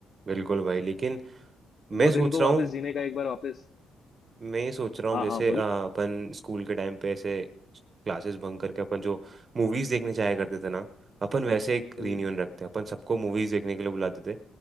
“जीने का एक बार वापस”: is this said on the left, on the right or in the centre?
Left